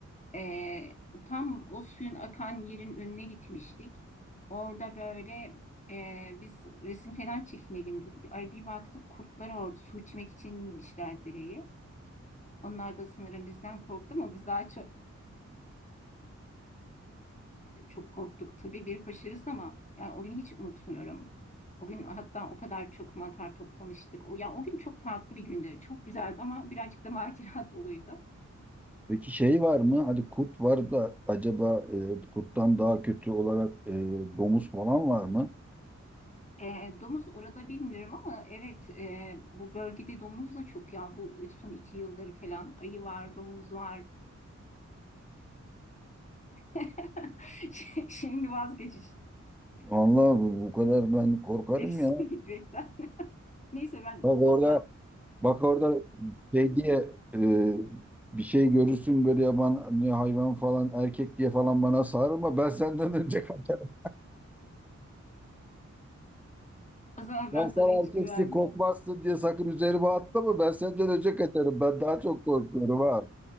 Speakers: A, on the left (about 25°); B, in the centre.
A: Ee, tam o suyun akan yerin önüne gitmiştik. Orada böyle e, biz resim falan çekinelim dedik. Ay bir baktık kurtlar orada su içmek için inmişler dereye. Onlar da sanırım bizden korktu ama biz daha çok Çok korktuk tabii bir aşırısı ama yani o günü hiç unutmuyorum. O gün hatta o kadar çok mantar toplamıştık. O, yani o gün çok farklı bir gündü. Çok güzeldi ama birazcık da <laughs> macera doluydu.
B: Peki şey var mı? Hadi kurt var da acaba e, kurttan daha kötü olarak e, domuz falan var mı?
A: E, domuz orada bilmiyorum ama evet e, bu bölgede domuz da çok ya bu son iki yıldır falan ayı var domuz var. <laughs> Ş- Şimdi vazgeçeceksin
B: Vallahi bu, bu kadar ben korkarım
A: <laughs>
B: ya.
A: gitmekten. Neyse ben
B: Bak orada
A: fazla. <laughs>
B: bak orada şey diye e, bir şey görürsün böyle yaban ne hayvan falan erkek diye falan bana sarılma. Ben senden önce kaçarım.
A: O zaman
B: Ben
A: ben
B: sen
A: sana hiç
B: erkeksin
A: güvenmeyeyim.
B: korkmazsın diye sakın üzerime atlama. Ben senden önce kaçarım. Ben daha çok korkuyorum ha.